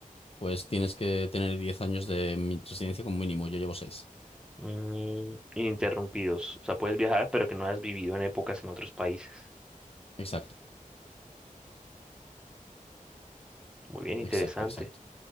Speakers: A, on the left; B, in the centre.
A: Pues tienes que tener 10 años de mi- residencia como mínimo. Yo llevo seis.
B: Mm, ininterrumpidos. O sea, puedes viajar, pero que no has vivido en épocas en otros países.
A: Exacto,
B: Muy bien, interesante.
A: exacto, exacto.